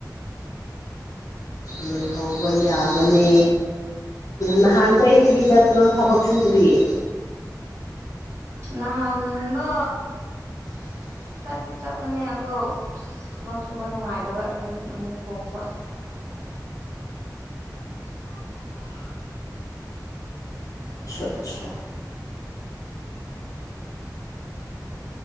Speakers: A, on the left; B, on the right.
A: ꯂꯣꯏꯍꯧꯕ ꯌꯥꯕꯅꯦ ꯅꯍꯥꯟ ꯀꯩꯗꯒꯤ ꯆꯠꯄꯗꯣ ꯊꯕꯛ ꯁꯨꯗ꯭ꯔꯤꯌꯦ
B: ꯅꯍꯥꯟꯗ
A: <unintelligible>
B: ꯆꯠꯇꯤ ꯆꯠꯄꯅꯦ ꯑꯗꯣ ꯊꯕꯛ ꯁꯨꯕ ꯅꯨꯡꯉꯥꯏꯗꯕ ꯑꯗꯨꯒꯤ ꯑꯃꯨꯛ ꯇꯣꯛꯄ
A: ꯑꯣ
B: <unintelligible>
A: ꯑꯆꯥ ꯑꯆꯥ